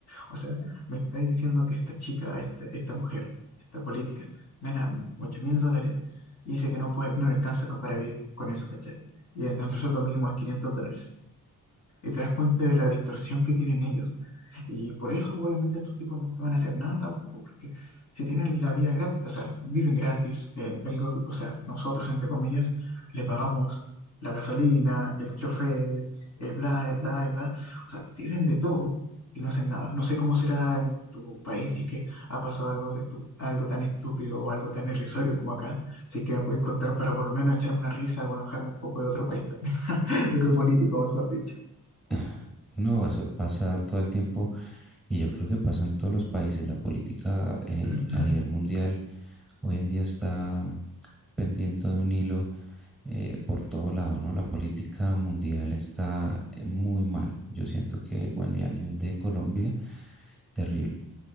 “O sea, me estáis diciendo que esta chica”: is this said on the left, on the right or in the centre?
Left